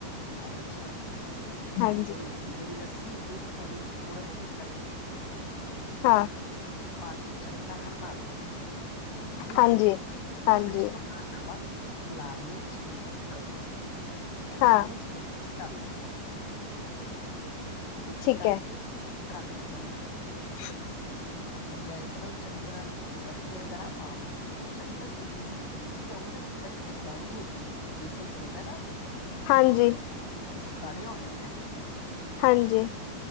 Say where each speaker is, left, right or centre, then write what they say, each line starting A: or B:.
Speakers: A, on the left (about 75°); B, on the left (about 90°).
A: ਅੱਛਾ ਤੇ
B: ਹਾਂਜੀ
A: ਏਦਾ ਈ ਜਿਹੜੀ ਲੱਸੀ ਹੁੰਦੀ ਐ ਨਾ ਉਹਦੇ ਵਿੱਚ ਥੋੜਾ ਜਿਹਾ ਬੇਸਨ
B: ਹਾਂ।
A: ਬੇਸਨ ਪਾਕ ਨੂੰ ਉਹਨੂੰ ਚੰਗੀ ਤਾਂ ਹਰਲਾ ਲੋ ਠੀਕ
B: ਹਾਂਜੀ
A: ਐ
B: ਹਾਂਜੀ
A: ਉਹਦੇ ਚ ਨਮਕ, ਲਾਲ ਮਿਰਚ, ਹਲਦੀ, ਇਹ
B: ਹਾਂ
A: ਤਿੰਨੇ ਚੀਜ਼ਾਂ ਮਿਕਸ ਕਰ ਲਈਆਂ। ਮਿਕਸ
B: ਠੀਕ
A: ਕਰਕੇ
B: ਹੈ
A: ਇਸ ਤਰ ਰੱਖ ਦੋ ਉਹਨਾਂ ਨੂੰ
B: <inaudible>
A: ਗੈਸ ਇਹਨਾਂ ਨੂੰ ਚੰਗੀ ਤਰ੍ਹਾਂ ਗੜਕੇ ਵਗੈਰਾ ਆਮ ਚੰਗੀ ਤਰ ਉਬਲੀ ਰਿੱਝੀ ਜਾਊਗੀ ਨਾ ਪਹਿਲੇ ਤੇ ਗਾੜੀ ਹੋਜੂਗੀ ਬੇਸਣ ਫੁੱਲਦਾ ਨਾ,
B: ਹਾਂਜੀ
A: ਖਾੜੇ ਹੋ ਜਾਂਦਾ ਐ।
B: ਹਾਂਜੀ।